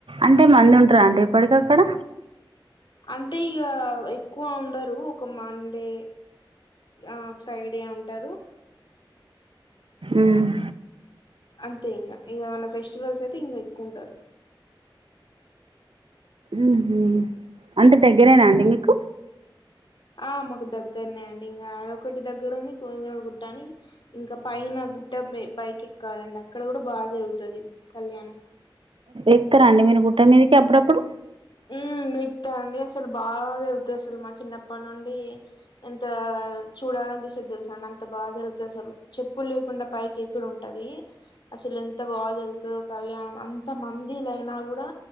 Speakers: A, on the right; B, on the left.
A: అంటే మంది ఉంటారా అండి ఎప్పటికి అక్కడ
B: అంటే ఇగ ఎక్కువ ఉండరు ఒక మండే ఆ ఫ్రైడే ఉంటారు
A: ఉమ్మ్
B: అంతే ఇంగ ఇగేమన్నా ఫెస్టివల్స్ అయితే ఇంకా ఎక్కువుంటారు
A: ఊహూ అంటే దగ్గరేనా అండి మీకు
B: ఆ మాకు దగ్గరనే అండి గ అదొకటి దగ్గరుంది గోవిందరాజులు గుట్ట అని ఇంకా పైన గుట్టట్లే పైకి క్కాలండి అక్కడ కూడా బా జరుగుతది కళ్యాణం
A: ఎక్కరా అండి మీరు గుట్ట మీదకి ఎప్పుడప్పుడు
B: ఉమ్ ఎక్కుతా అండి అసలు బాగా జరుగుతాయి అసలు మా చిన్నప్పటి నుండి డి ఎంత చూడాలనిపిస్తది తెలుసాండి అంత త బా జరుగుత అసలు చెప్పు లేకుండా పైకి ఎక్కుడుంటది అసలు ఎంత బాగా జరుగుతదో కళ్యాణం అంత మందిలైనా కూడా